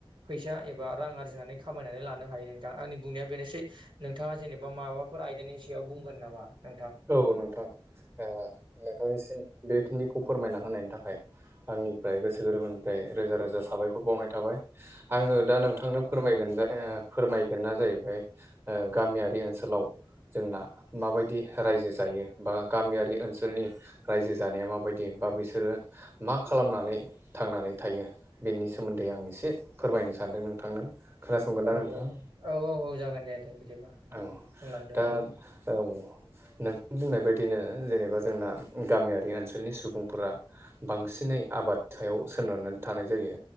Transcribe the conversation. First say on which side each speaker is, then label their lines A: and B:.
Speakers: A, on the right; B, on the right.
A: फैसा एबा रां आरजिनानै खामायनानै लानो हायो नोंथां आंनि बुंनाया बेनोसै नोंथाङा जेनेबा माबाफोर आयदानि सायाव बुंगोन नामा नोंथां
B: औ नोंथां ओ नोंथांनिसिम बेखिनिखौ फोरमायना होनायनि थाखाय आंनिफ्राय गोसो गोरबोनिफ्राय रोजा रोजा साबायखर बावनाय थाबाय आङो दा नोंथांनो
A: औ नोंथां
B: फोरमायगोन दा ओ फोरमायगोना जाहैबाय ओ गामियारि ओनसोलाव जोंना माबायदि रायजो जायो बा गामियारि ओनसोलनि रायजो जानाया माबायदि बा बिसोरो मा खालामनानै थांनानै थायो बेनि सोमोन्दै आं एसे फोरमायनो सानदों नोंथांनो खोनासंगोन ना
A: औ
B: नोंथां?
A: दे दे औ औ औ जागोन दे दे बिदिबा
B: औ
A: बुंलांदो
B: दा औ नोंथां बुंनाय बायदिनो जेनेबा जोंना गामियारि ओनसोलनि सुबुंफोरा बांसिनै आबाद सायाव सोनारनानै थानाय जायो